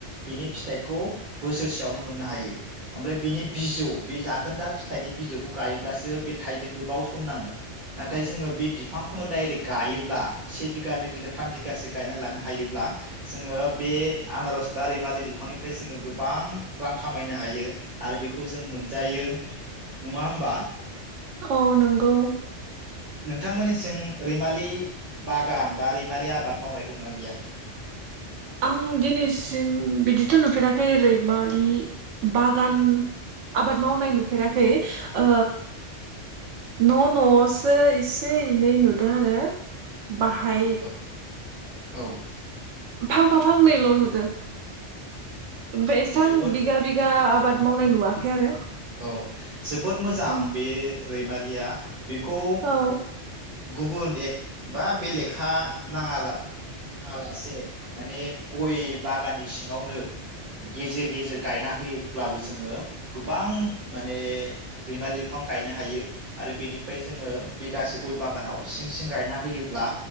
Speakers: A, on the right (about 45°); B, on the right (about 80°).
A: बिनि फिथाइखौ बोसोरसेयावनो मोननो हायो ओमफ्राय बिनि बिजौ बे जाखोन्दा फिथाइनि बिजौखौ गायोब्लासो बे थायनो गोबाव सम नाङो नाथाय जोङो बे बिफांखौनो डाइरेक्ट गायोब्ला से बिगा नै बिगा थाम बिगासो गायना लानो हायोब्ला जोङो बे आनारस बा रै मालि बिफांनिफ्राय जोङो गोबां रां खामायनो हायो आरो बेखौ जों मोनजायो नङा होमबा?
B: औ नोंगौ।
A: नोंथांमोननिसिं रैमालि बागान बा रैमालि आबाद मावनाय दंना गैया?
B: आं दिनैसिम बिदिथ' नुफेराखै ओरै रैमालि बागान आबाद मावनाय नुफेराखै।
A: <unintelligible>
B: ओ न' न'आवसो एसे एनै नुदों आरो। बाहाय
A: औ औ।
B: फांफा फांनैल' नुदो। बेनिफ्राय एसां
A: जोबोद
B: बिगा बिगा आबाद मावनाय नुवाखै आरो।
A: औ जोबोद मोजां
B: औ
A: बे रैमालिया बेखौ
B: औ
A: गुबुन एक बा बेलेग हा नाङाला मालासे माने गय बाग गाननि सिङावनो गेजेर गेजेर गायना होयोब्लाबो जोंङो गोबां माने रैमा बिफां गायनो हायो आरो बेनिफ्राय जोंङो बिासे गय बागानाव सिं सिं गायना होयोब्ला